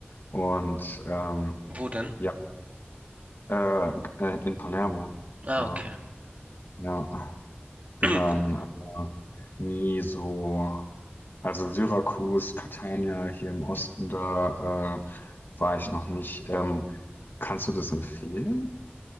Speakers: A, on the left (about 55°); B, on the right (about 40°).
A: Und ähm,
B: Wo denn?
A: ja, äh, g- äh, in Palermo,
B: Ah,
A: genau.
B: okay.
A: Ja, bin
B: <clears throat>
A: dann aber nie so, also Syrakus, Catania hier im Osten, da äh, war ich noch nicht. Ähm, kannst du das empfehlen?